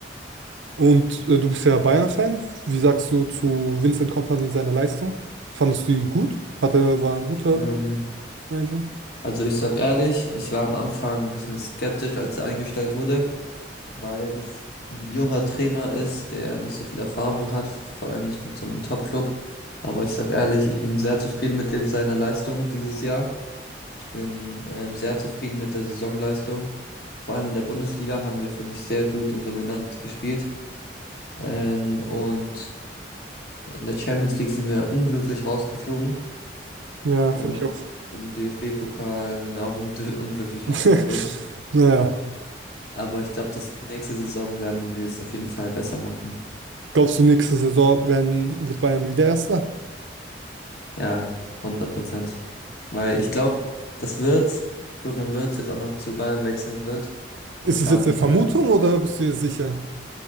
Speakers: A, on the right; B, on the left.
A: Und äh, du bist ja Bayern-Fan. Wie sagst du zu Vincent Kompany seine Leistung? Fandest du die gut? Hat er, war ein guter
B: ähm,
A: Manager?
B: also ich sag ehrlich, ich war am Anfang ein bisschen skeptisch, als er eingestellt wurde. weil das ein junger Trainer ist, der nicht so viel Erfahrung hat, vor allem nicht mit so einem Top-Club. Aber ich sag ehrlich, ich bin sehr zufrieden mit dem seiner Leistung dieses Jahr. Ich bin ähm, sehr zufrieden mit der Saisonleistung. Vor allem in der Bundesliga haben wir, finde ich, sehr gut und dominant gespielt. Ähm, und in der Champions League sind wir unglücklich rausgeflogen.
A: Ja, finde
B: Und
A: ich auch.
B: im DFB-Pokal sind wir auch un <laughs> unglücklich
A: <laughs>
B: rausgeflogen.
A: Naja,
B: Aber ich glaube, das nächste Saison werden wir es auf jeden Fall besser machen.
A: glaubst du, nächste Saison werden, wird Bayern wieder Erster?
B: Ja, hundert Prozent. Weil ich glaube, das wird, Florian Wirtz jetzt auch noch zu Bayern wechseln wird. Und
A: Ist es
B: dann
A: jetzt eine Vermutung
B: wird
A: oder bist du dir sicher?